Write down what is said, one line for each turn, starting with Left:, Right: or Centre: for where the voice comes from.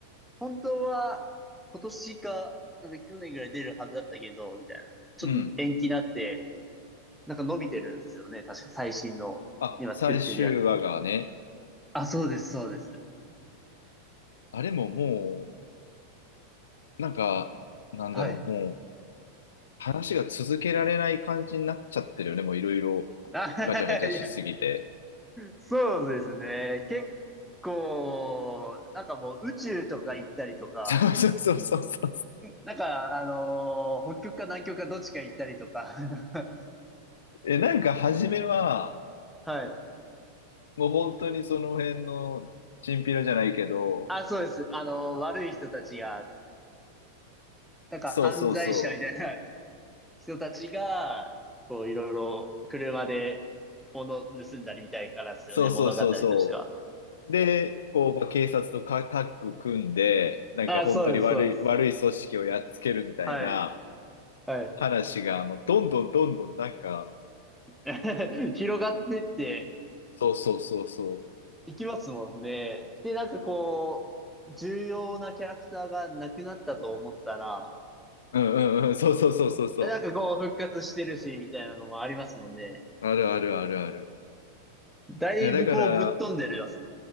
Centre: 本当は今年か、なんか去年ぐらい出るはずだったけど、みたいな。ちょっと延期になって、
Left: うん。
Centre: なんか伸びてるんですよね。確か最新の、
Left: あ、
Centre: 今作ってるやつは。
Left: 最終話がね。
Centre: あ、そうです、そうです。
Left: あれももう、なんか、なんだろう、
Centre: はい。
Left: もう、話が続けられない感じになっちゃってるよね、もういろいろ、
Centre: あ、
Left: ガチャガチャしすぎて。
Centre: <laughs> いや、そうですね。結構、なんかもう宇宙とか行ったりとか、
Left: そうそうそうそうそう。
Centre: なんか、あのー北極か南極かどっちか行ったりとか、<laughs>
Left: え、なんか初めは、
Centre: はい。
Left: もう本当にその辺の、チンピラじゃないけど、
Centre: あ、そうです。あのー悪い人たちが、なんか犯罪者みたいな
Left: そうそうそう。
Centre: 人たちが、こう、いろいろ車で物盗んだりみたいからですよね、
Left: そうそうそうそ
Centre: 物語としては。
Left: う。で、こう、まあ、警察とかタッグ組んで、なんか本当に悪い、
Centre: あ、そうです、そうです。
Left: 悪い組織をやっつけるみたいな
Centre: はい、はい。
Left: 話が、もうどんどんどんどんなんか、
Centre: <laughs> 広がってって、
Left: そうそうそうそう。
Centre: 行きますもんね。で、なんかこう、重要なキャラクターがなくなったと思ったら、
Left: うんうんうん、そうそうそうそうそ
Centre: なんかこう復活してるし、みたいなのもありますもんね。
Left: う。あるあるあるある。
Centre: だいぶこうぶっ飛んでるやつ。
Left: いや、だから、